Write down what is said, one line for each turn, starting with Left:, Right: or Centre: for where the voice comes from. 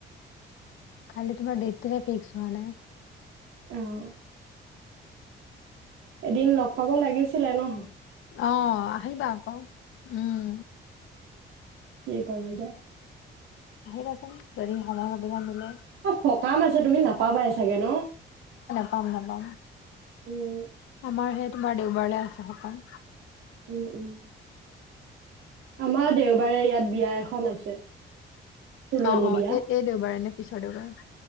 Left: খালি তোমাৰ ডেটটোহে ফিক্স হোৱা নাই।
Right: অ', এদিন লগ পাব লাগিছিলে নহ।
Left: অহ আহিবা আকৌ উম।
Right: তাৰপিছত
Left: ভাল কথা যদি সময় সুবিধা মিলে।
Right: সক কাম আছে তুমি পাবাই চাগে ন?
Left: নাজানো
Right: উম
Left: আমাৰহে তোমাৰ দেওবাৰলৈ আছে সকাম।
Right: উম উম আমাৰ দেওবাৰে ইয়াত বিয়া এখন আছে। তুলনী
Left: অ অ
Right: বিয়া।
Left: এ-এই দেওবাৰেনে? পিছৰদেওবাৰ।